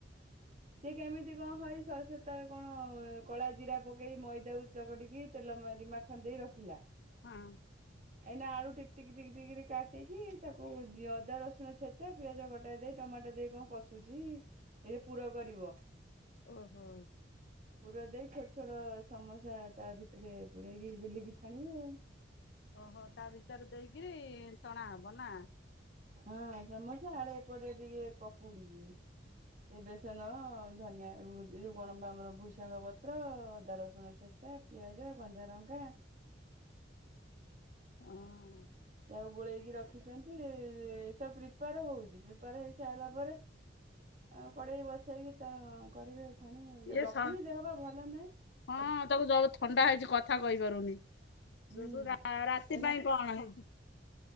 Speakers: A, on the left (about 65°); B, on the right (about 40°).
A: <inaudible>
B: ସିଏ କେମିତି କଣ ହଏ ସୋରିଷ ତଳେ କଣ କଳା ଜିରା ପକେଇ ମଇଦା କୁ ଚକଟିକି ତେଲ ମାରି ମା ଛନ୍ଦେଇ ରଖିଲା।
A: ହଁ।
B: ଏଇନା ଆଳୁ ଟିକ ଟିକ ଟିକ ଟିକ କାଟିକି ତାକୁ ଅଦା ରସୁଣ ଛେଚା ପିଆଜ କଟା ଦେଇ ଟମାଟୋ ଦେଇ କଣ ପଶୁଛି ଏଇ ପୁର କରିବ।
A: ଓହୋ।
B: ପୁର ଦେଇ ଛୋଟ ଛୋଟ ସମସା ତା ଭିତରେ ପୁରେଇକି ବିଲିକି ଛାଣିବ ଆଉ।
A: ଓହୋ ତା ଭିତରେ ଦେଇକରି ଛଣାହବ ନା।
B: ହଁ ସମସା ଆଡେ ଏପଟେ ଟିକେ ପକୁଡି। ଏ ବେସନ ଧନିଆ ଏ ଯୋଉ କଣ ଆମର ଭୁର୍ସଙ୍ଗ ପତ୍ର ଅଦା ରସୁଣ ଛେଚା ପିଆଜ କଞ୍ଚାଲଙ୍କା
A: ହଁ।
B: ତାକୁ ଗୋଳେଇକି ରଖିଛନ୍ତି ଏ ସବୁ ପ୍ରିପେୟାର ହଉଛି ପ୍ରିପେୟାର ହେଇ ସାରିଲା ପରେ। ଆଉ କଡେଇ ବସେଇକି ତା କରିବେ। ଛାଣିବେ
A: ଇଏ
B: ଲକ୍ଷ୍ମୀ
A: ସ
B: ଦେହ ପା ଭଲ ନାହିଁ।
A: ହଁ ତାକୁ ଜୋର୍ ଥଣ୍ଡା ହେଇଛି କଥା କହିପାରୁନି
B: ହୁଁ।
A: ସେଠୁ ରାତି
B: ଏଇନା
A: ପାଇଁ କଣ ହେଇଚି?